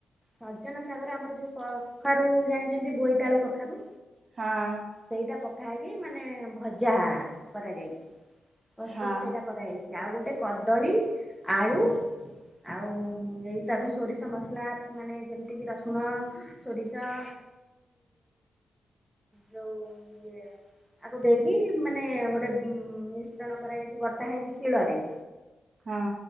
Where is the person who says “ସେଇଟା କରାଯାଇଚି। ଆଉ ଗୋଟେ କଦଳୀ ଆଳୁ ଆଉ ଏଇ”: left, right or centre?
Centre